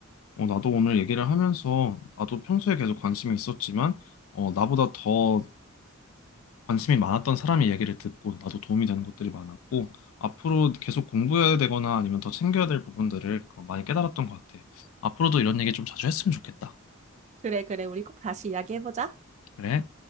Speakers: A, on the left (about 70°); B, on the right (about 35°).
A: 어, 나도 오늘 얘기를 하면서 나도 평소에 계속 관심이 있었지만 어, 나보다 더 관심이 많았던 사람의 얘기를 듣고 나도 도움이 되는 것들이 많았고 앞으로 계속 공부해야 되거나 아니면 더 챙겨야 될 부분들을 많이 깨달았던 것 같아. 앞으로도 이런 얘기 좀 자주 했으면 좋겠다.
B: 그래, 그래. 우리 꼭 다시 이야기해보자.
A: 그래.